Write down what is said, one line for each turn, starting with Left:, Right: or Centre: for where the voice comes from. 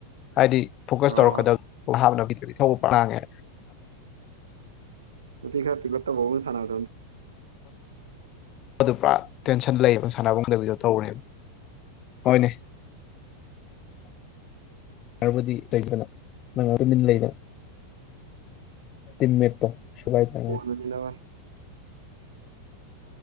Left: ꯍꯥꯏꯗꯤ ꯐꯣꯀꯁ
Right: ꯑꯣ
Left: ꯇꯧꯔꯛꯀꯗꯕ ꯍꯥꯞꯅꯕꯤꯗꯗꯤ ꯊꯧꯕ ꯄꯥꯡꯉꯦ
Right: ꯅꯄꯤꯤ ꯈꯔ ꯄꯤꯒꯄꯣ ꯁꯥꯟꯅꯣꯣ
Left: ꯑꯗꯨ ꯄꯨꯔꯥ ꯇꯦꯟꯁꯟ ꯂꯩꯌꯦꯕ ꯁꯥꯟꯅꯕꯨꯡꯗꯕꯤꯗꯣ ꯇꯧꯔꯦꯕ ꯍꯣꯏꯅꯦ ꯕꯨꯗꯤꯩꯗꯅ ꯅꯪ ꯇꯃꯤꯟ ꯂꯩꯗ ꯃꯄꯣ ꯁꯤꯕꯥꯥꯏ ꯇꯉ
Right: ꯃꯂꯋꯥ